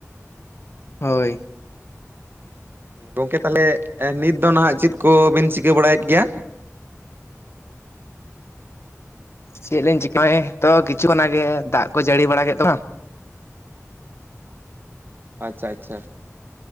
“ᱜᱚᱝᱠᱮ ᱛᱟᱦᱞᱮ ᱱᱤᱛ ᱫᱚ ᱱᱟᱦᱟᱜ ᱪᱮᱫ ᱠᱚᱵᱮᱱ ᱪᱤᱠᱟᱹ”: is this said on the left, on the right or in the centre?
Right